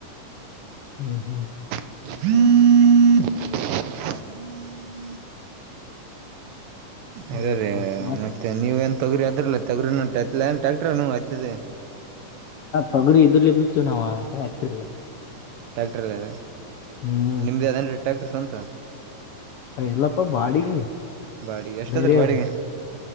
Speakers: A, on the left; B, on the right.
A: ಹ್ಮ್ ಹ್ಮ್
B: <unintelligible>
A: ಸರಿಪಾ
B: ಅದ ರೀ
A: ಮತ್
B: ಮತ್ತೆ ನೀವ ಏನ ತೊಗರಿ ಅದ್ರಲ್ಲ ತೊಗರಿಂಟ ಟ್ಯಾಕ್ಟ್ರ ಆ್ತದೆ
A: ತೋಗರಿ ಇದ್ರಲೆ ಬಿತ್ತುು ನಾವ್ ಆಟ ಹಾಕ್ತಿರ್ಲ
B: ಟ್ಯಾಕ್ಟರ್ಲ್ಲ
A: ಹ್ಮ್
B: ನಿಮ್ದು ಅದಂ ಟ್ಯಾಕ್ಟರ್ ಸ್ವಂತ?
A: ಎಲ್ಲಪ್ಪ ಬಾಡಿಗೆ
B: ಬಾಡಿಗೆ ಎಷ್ಟಾದ್ರ
A: ಬೇರೆಯವರು
B: ಬಾಡಿಗೆ?